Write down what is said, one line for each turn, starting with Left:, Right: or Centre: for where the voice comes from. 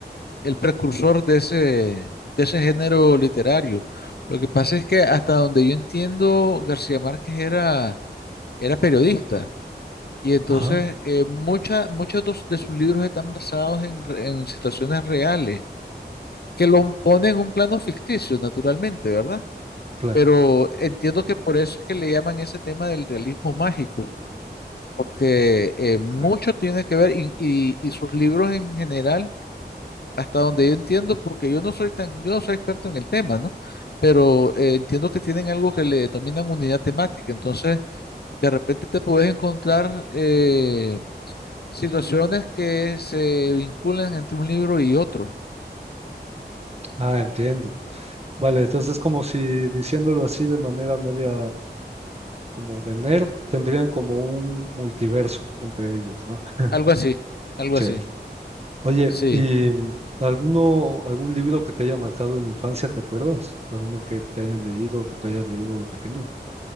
Left: el precursor de ese, de ese género literario. Lo que pasa es que hasta donde yo entiendo, García Márquez era, era periodista y entonces
Right: Ah,
Left: eh, mucha- muchos dos- de sus libros están basados en, re- en situaciones reales, que lo ponen en un plano ficticio, naturalmente, ¿verdad?
Right: claro,
Left: Pero entiendo que por eso es que le llaman ese tema del realismo mágico porque eh, mucho
Right: claro.
Left: tiene que ver y, y- y sus libros en general, hasta donde yo entiendo, porque yo no soy tan, yo no soy experto en el tema, ¿no? Pero eh, entiendo que tienen algo que le denominan unidad temática, entonces de repente te puedes encontrar eh, situaciones que se vinculan entre un libro y otro,
Right: Ah, entiendo. Vale, entonces como si diciéndolo así de manera media como de nerd, tendrían como un multiverso entre ellos, ¿no? <laughs>
Left: algo así, algo
Right: Chévere.
Left: así,
Right: Oye,
Left: sí.
Right: ¿y mm, alguno, algún libro que te haya marcado en la infancia, te acuerdas? ¿Alguno que te hayan leído o que tú hayas leído de pequeño?